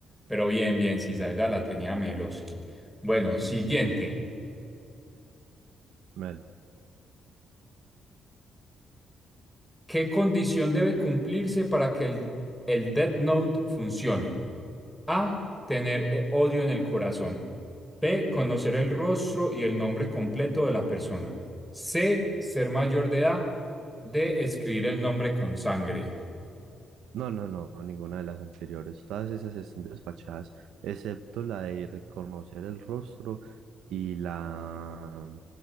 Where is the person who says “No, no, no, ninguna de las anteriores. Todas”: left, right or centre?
Right